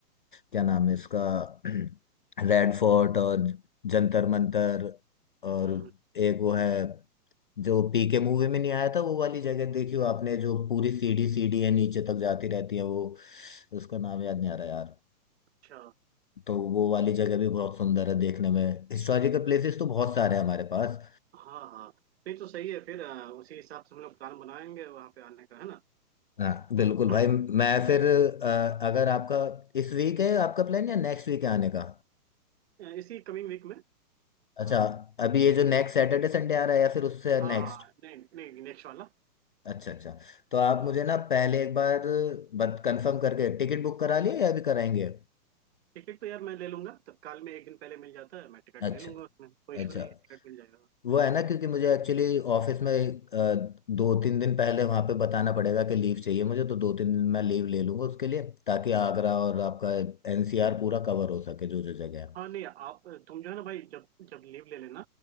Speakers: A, on the left; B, on the right.
A: क्या नाम है इसका <clears throat> रेड फोर्ट और जंतर मंतर और
B: हम्म,
A: एक वो है जो पीके मूवी में नहीं आया था वो वाली जगह देखी हो आपने जो पूरी सीढ़ी सीढ़ी है नीचे तक जाती रहती है वो उसका नाम याद नहीं आ रहा यार।
B: अच्छा
A: तो वो वाली जगह भी बहुत सुंदर है देखने में हिस्टोरिकल
B: हम्म,
A: प्लेसेस तो बहुत सारे हैं हमारे पास
B: हाँ हाँ नहीं तो सही है फिर अ, उसी हिसाब से हम लोग प्लान बनाएंगे वहाँ पे आने का है ना
A: हाँ बिल्कुल
B: <clears throat>
A: भाई मैं फिर अ, अगर आपका इस वीक है आपका प्लान या नेक्स्ट वीक है आने का
B: अ, इसी कमिंग वीक में
A: अच्छा
B: हाँ
A: अभी ये जो नेक्स्ट सैटरडे संडे आ रहा है या फिर उससे
B: हाँ
A: नेक्स्ट
B: हाँ नहीं नहीं नेक्स्ट वाला
A: अच्छा अच्छा तो आप
B: हाँ
A: मुझे ना पहले एक बार बत कंफर्म करके टिकट बुक करा लिए या अभी कराएंगे
B: टिकट तो यार मैं ले लूंगा तत्काल में एक दिन पहले मिल जाता है मैं टिकट
A: अच्छा
B: ले लूंगा उसमें कोई इशू
A: अच्छा
B: नहीं है टिकट मिल जाएगा
A: वो है ना क्योंकि मुझे एक्चुअली ऑफिस में अ, दो तीन दिन पहले वहां पे बताना पड़ेगा कि लीव चाहिए मुझे तो दो तीन दिन मैं लीव ले लूंगा उसके लिए ताकि आगरा और आपका एनसीआर पूरा कवर हो सके जो जो जगह है
B: हाँ नहीं आप तुम जो है ना भाई जब जब लीव ले लेना